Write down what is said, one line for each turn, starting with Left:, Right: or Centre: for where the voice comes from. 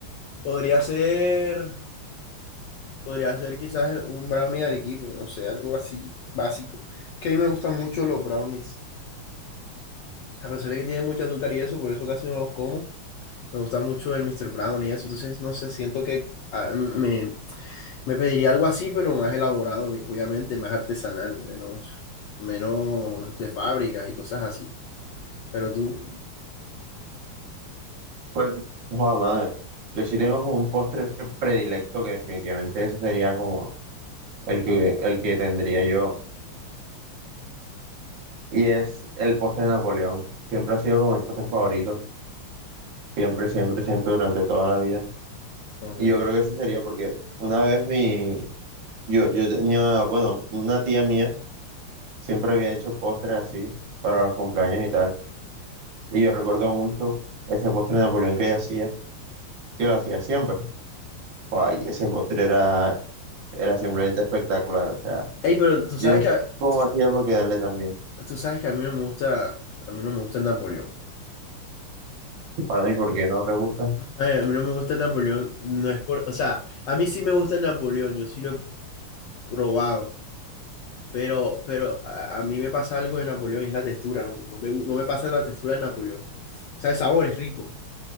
Left: podría ser. Podría ser quizás un brownie de arequipe, no sé, algo así básico. Es que a mí me gustan mucho los brownies. A pesar de que tienen mucho azúcar y eso, por eso casi no los como. Me gusta mucho el Mr. Brownie y eso. Entonces, no sé, siento que ah, me, Me pediría algo así, pero más elaborado, ob- obviamente, más artesanal, menos, menos de fábricas y cosas así. Pero tú,
Right: Pues, joder, madre, yo sí tengo como un postre predilecto que definitivamente ese sería como el que, el que tendría yo, y es el postre de Napoleón. Siempre ha sido como mi postre favorito, siempre, siempre, siempre, durante toda la vida.
Left: ok.
Right: Y yo creo que ese sería porque una vez mi, yo, yo tenía, bueno, una tía mía siempre había hecho postres así para los cumpleaños y tal. Y yo recuerdo mucho ese postre de Napoleón que ella hacía, que lo hacía siempre. Ay, ese postre era, era simplemente espectacular. O sea,
Left: Ey, pero tú
Right: yo
Left: sabes
Right: no sé
Left: que, a-
Right: cómo
Left: tú, sa-
Right: hacía para quedarle también.
Left: tú sabes que a mí no me gusta, a mí no me gusta el Napoleón.
Right: Para mí, ¿por qué no te gusta?
Left: Ay, a mí no me gusta el Napoleón, no es por, o sea, a mí sí me gusta el Napoleón, yo sí lo he probado, pero, pero a, a mí me pasa algo de Napoleón, y es la textura, no, no me, gu- no me pasa la textura del Napoleón. O sea, el sabor es rico,